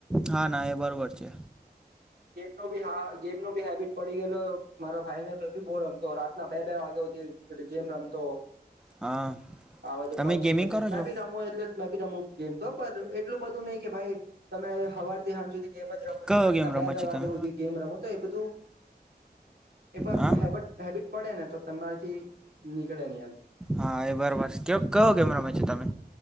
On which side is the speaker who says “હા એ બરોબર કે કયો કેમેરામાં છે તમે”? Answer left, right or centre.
Centre